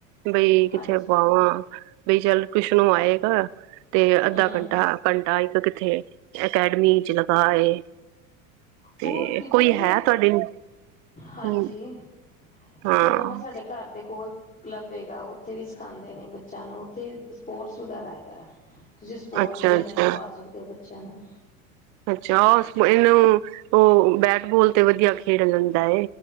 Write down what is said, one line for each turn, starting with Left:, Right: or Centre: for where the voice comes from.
Right: ਬਈ ਕਿੱਥੇ
Left: ਹਾਂਜੀ
Right: ਪਾਵਾਂ। ਬਈ ਚੱਲ ਟਿਊਸ਼ਨ ਓ ਆਏਗਾ। ਤੇ ਅੱਧਾ
Left: ਹੂੰ।
Right: ਘੰਟਾ ਘੰਟਾ ਇੱਕ ਕਿੱਥੇ ਅਕੈਡਮੀ ਚ ਲਗਾ ਆਏ। ਤੇ
Left: ਹੋਰ ਕੀ
Right: ਕੋਈ
Left: ਬੜੀਆ
Right: ਹੈ ਤੁਹਾਡੀ ਹੂੰ,
Left: ਹਾਂਜੀ
Right: ਹਾਂ,
Left: ਕਿਆ ਨਾਮ ਹੈ ਸਾਡੇ ਘਰ ਦੇ ਕੋਲ ਕਲੱਬ ਹੈਗਾ ਉੱਥੇ ਵੀ ਸਿਖਾਂਦੇ ਨੇ ਬੱਚਿਆਂ ਨੂੰ ਉੱਥੇ ਸਪੋਰਟਸ ਵਗੈਰਾ ਹੈਗਾ। ਤੁਸੀਂ ਸਪੋਰਟਸ
Right: ਅੱਛਾ
Left: ਲਾਈਨ
Right: ਅੱਛਾ
Left: ਚ ਪਾ ਸਕਦੇ ਓ ਬੱਚਿਆਂ ਨੂੰ।
Right: ਅੱਛਾ, ਉਹ ਇਹਨੂੰ ਉਹ ਬੈਟਬੋਲ ਤੇ ਵਧੀਆ ਖੇਡ ਲੈਂਦਾ।